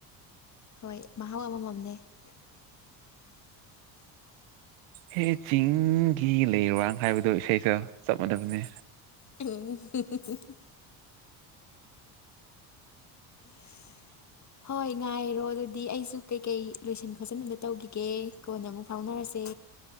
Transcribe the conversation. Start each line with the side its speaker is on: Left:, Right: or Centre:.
Left: ꯍꯣꯏ ꯃꯍꯥꯎ ꯑꯃꯝꯃꯝꯅꯦ <inaudible>
Right: ꯍꯦ ꯆꯤꯡꯒꯤ ꯂꯩꯔꯥꯡ ꯍꯥꯏꯕꯗꯣ ꯏꯁꯩꯗꯣ ꯆꯞ ꯃꯥꯟꯅꯕꯅꯦ
Left: ꯎꯝ <unintelligible> <unintelligible> ꯍꯣꯏ ꯉꯥꯏꯔꯣ ꯑꯗꯨꯗꯤ ꯑꯩꯁꯨ ꯀꯩꯀꯩ ꯂꯣꯏꯁꯤꯟ ꯈꯣꯠꯆꯤꯟꯕꯗ ꯇꯧꯒꯤꯒꯦ ꯀꯣꯟꯅ ꯑꯃꯨꯛ ꯐꯥꯎꯅꯔꯁꯦ